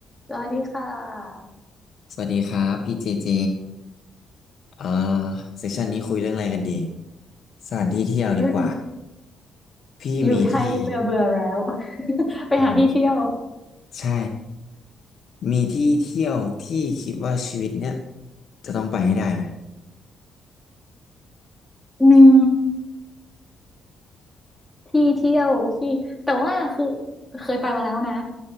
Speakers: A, in the centre; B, on the left.
A: สวัสดีค่ะ
B: สวัสดีครับพี่เจเจอ่าเซสชันนี้คุยเรื่องอะไรกันดีสถานที่เที่ยวดีกว่า
A: เรืมอง
B: พี่มีที่
A: อยู่ไทยเบื่อเบื่อแล้ว <laughs> ไปหาที่เที่ยว
B: อืมใช่มีที่เที่ยวที่คิดว่าชีวิตเนี้ยจะต้องไปให้ได้ไหม
A: มีที่เที่ยวที่แต่ว่าคือเคยไปมาแล้วนะ